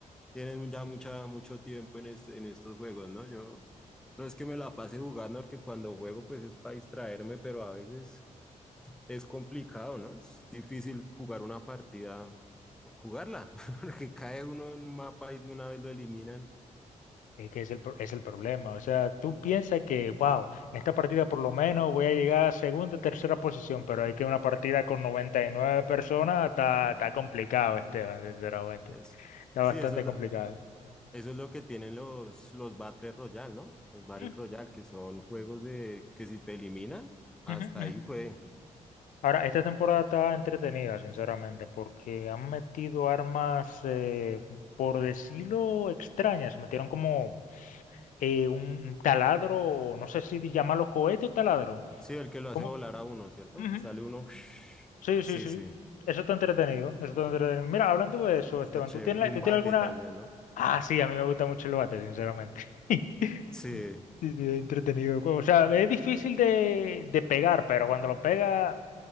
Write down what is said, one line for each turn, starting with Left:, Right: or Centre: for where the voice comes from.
Centre: tienen ya mucha, mucho tiempo en, este- en estos juegos, ¿no? Yo no es que me la pase jugando, porque cuando juego pues es para distraerme, pero a veces es complicado, ¿no? Es difícil jugar una partida, jugarla, <laughs> porque cae uno en un mapa y de una vez lo eliminan.
Left: Es que es el, pro- es el problema. O sea, tú piensas que, wow, en esta partida por lo menos voy a llegar a segunda, tercera posición, pero hay que una partida con 99 personas está, está complicado, Esteban, sinceramente.
Centre: Es,
Left: Está
Centre: sí,
Left: bastante
Centre: eso es
Left: complicado.
Centre: lo... Eso es lo que tienen los, los Battle Royale, ¿no? Los Battle
Left: Ujú,
Centre: Royale, que son juegos de que si te eliminan, hasta
Left: ujú, ujú.
Centre: ahí fue.
Left: Ahora, esta temporada está entretenida, sinceramente, porque han metido armas, eh, por decirlo, extrañas. Metieron como eh, un un taladro, o no sé si llamarlo cohete o taladro.
Centre: Sí, el que lo
Left: ¿Cómo?
Centre: hace volar a uno, ¿cierto?
Left: Ujú.
Centre: Que sale uno. <laughs>
Left: Sí, sí,
Centre: Sí,
Left: sí.
Centre: sí.
Left: Eso está entretenido. Eso está entretenido. Mira, hablando de eso,
Centre: Eso
Left: Esteban,
Centre: está chévere.
Left: ¿tú tienes,
Centre: Y
Left: la-
Centre: un
Left: tú
Centre: bate
Left: tienes alguna...
Centre: también, ¿no?
Left: Ah, sí, a mí me gusta mucho el bate, sinceramente. <laughs>
Centre: Sí,
Left: Sí, sí, entretenido. O sea, es difícil de, de pegar, pero cuando lo pega,